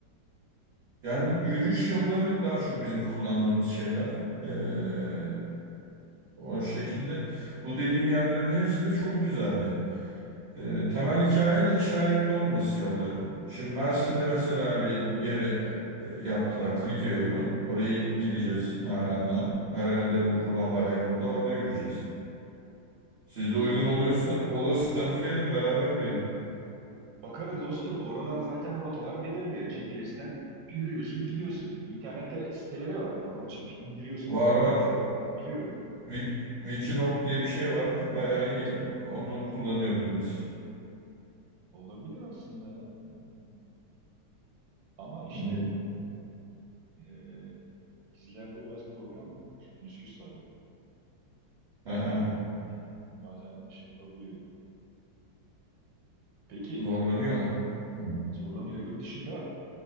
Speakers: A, on the right; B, on the right.
A: Yani bu yürüyüş yolları daha çok bizim kullandığımız şeyler. Ee,
B: Hmm,
A: o şekilde bu dediğim yerlerin hepsi de çok güzeldi. Ee, temel hikaye de işaretli olması yolların. Şimdi Mersin'de
B: hmm.
A: mesela bir yere e, yaptılar Klikya yolu. Oraya gideceğiz Nalan'la. Herhalde bu Kurban Bayramı'nda orada yürüyeceğiz. Siz
B: İyi.
A: de uygun oluyorsa, olursanız gelin beraber yürüyelim.
B: Bakarız dostum. Oralar zaten rotalar belirli. GPS'ten yürüyorsun, gidiyorsun. İnternette siteleri var. Or GP indiriyorsun
A: Var
B: koordinatları.
A: var.
B: Biliyorum.
A: Wik- Wikiloc diye bir şey var. Bayağı
B: Evet.
A: iyi. Onu kullanıyoruz biz.
B: Olabilir aslında. Hmm, Ama işte
A: Hmm.
B: e, dizilerde biraz problem, menisküs var benim.
A: Ha,
B: Hmm, Bazen şey yapabiliyor. Peki
A: zorlanıyor mu? Hı.
B: zorlanıyor. Yurt dışında